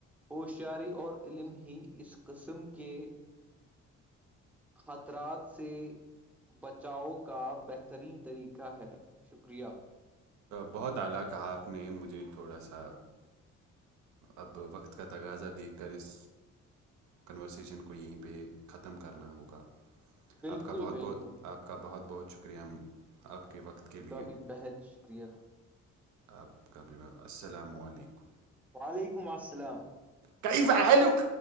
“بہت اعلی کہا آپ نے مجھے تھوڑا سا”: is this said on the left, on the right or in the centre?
Right